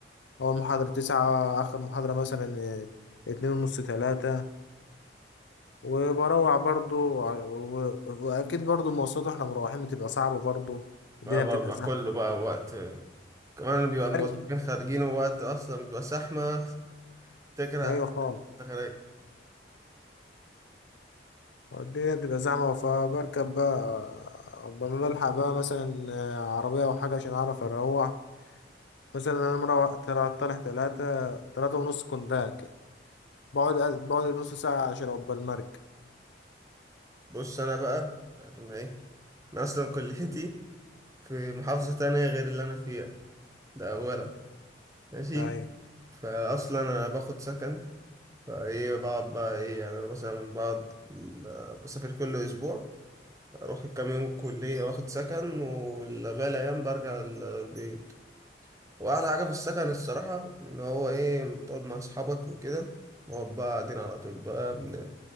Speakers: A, on the left; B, on the right.
A: أول محاضرة تسعة آخر محاضرة مثلا آه، اتنين ونص تلاتة وبروح برضو ع- و... واكيد برضو المواصلات واحنا مروحين بتبقى صعبة برضو الدنيا
B: بقى,
A: بتبقى
B: بقى, بقى
A: زحمة
B: كله بقى وقت كمان بيبقى الموظفين
A: ايوه
B: خارجين ووقت اصلا بيبقى زحمه تكره
A: ايوه خالص
B: انت خارج
A: الدنيا بتبقى زحمة فبركب بقى لما بلحق بقى مثلا آه، عربية او حاجة عشان اعرف اروح مثلا انا مروح طلع طالع تلاتة تلاتة ونص كنت كده بقعد بقعد نص ساعة عشان عقبال المركب
B: بص انا بقى يعني انا ايه انا اصلا كليتي في محافظة تانية غير اللي أنا فيها ده أولا ماشي
A: ايوه
B: فأصلا أنا باخد سكن فإيه بقعد بقى إيه يعني أنا مثلا بقعد بسافر كل أسبوع أروح الكام يوم الكلية واخد سكن والباقي الأيام برجع ال- البيت وأحلى حاجة في السكن الصراحة إن هو إيه بتقعد مع أصحابك وكده نقعد بقى قاعدين على طول بقى بن-